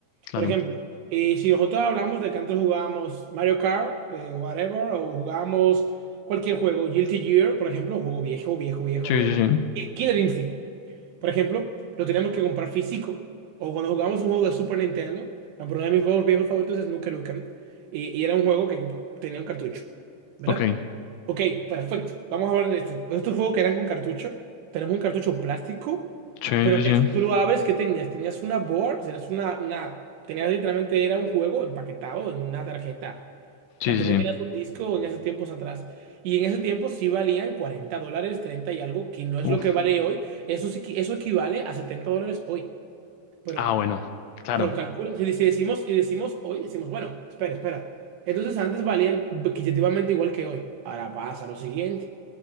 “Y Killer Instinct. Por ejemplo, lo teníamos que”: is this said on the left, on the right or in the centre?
Right